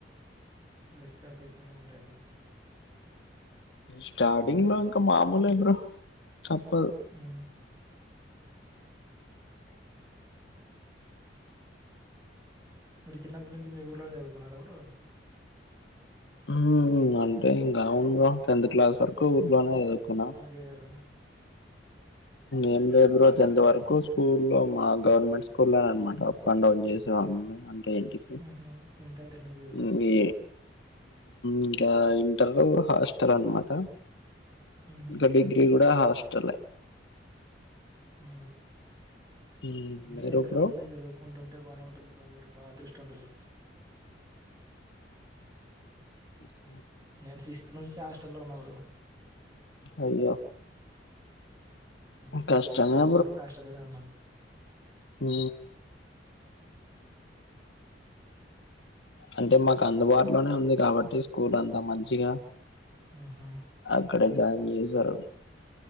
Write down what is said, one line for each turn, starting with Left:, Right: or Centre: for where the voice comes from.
Right: లెస్ ప్యాకేజ్ తోనే ఉంటాయన్ని
Left: స్టార్టింగ్ లో ఇంకా మామూలే బ్రో తప్పదు
Right: మ్ మీరు చిన్నప్పటి నుంచి మీ ఊర్లోనే చదువుకున్నార బ్రో
Left: మ్ అంటే ఇంకా ఏముంది బ్రో టెన్త్ క్లాస్ వరకు ఊర్లోనే చదువుకున్నా
Right: జేరారు
Left: ఏంలే బ్రో తెంత్ వరకు స్కూల్ లో మా గవర్నమెంట్ స్కూల్లో ననమాట అప్ అండ్ డౌన్ చేసేవాడ్ని అంటే ఏంటి
Right: ఉహు ఎంత గంజు
Left: ఇది ఇంకా ఇంటర్ హాస్టల్ అన్నమాట
Right: ఊహూ
Left: ఇంకా డిగ్రీ కూడా హాస్టల్ ఏ
Right: ఊ
Left: ఉమ్,
Right: ఇంటి
Left: మీరు
Right: దగ్గర
Left: బ్రో
Right: ఉండే చదువు కొంటుంటే బానే వుంటుంది బ్రో మీరు బా అదృష్టవంతులు
Left: ఊ
Right: నేను సిక్స్త్ నుంచి హాస్ట లో ఉన్న బ్రో
Left: అయ్యో
Right: సిక్స్త్ మంచి
Left: కష్టమే
Right: డిగ్రీ అయిపోయవరకు హాస్టల్ లనె వున్నాను
Left: ఊ అంటే మాకు అందుబాటులోనే ఉంది కాబట్టి స్కూల్ అంతా మంచిగా
Right: ఉహు
Left: అక్కడే జాయిన్ చేసరు